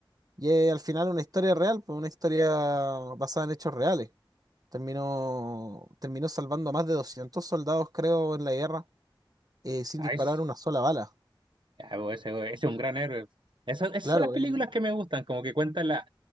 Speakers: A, on the right (about 45°); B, on the right (about 65°).
A: Y es al final una historia real, pues, una historia basada en hechos reales. Terminó, terminó salvando a más de 200 soldados, creo, en la guerra, eh, sin
B: Ay,
A: disparar una sola bala.
B: Ah, bo, ese, ese es un gran héroe. Esas, esas
A: Claro,
B: son las películas
A: eh,
B: que me gustan, como que cuentan la,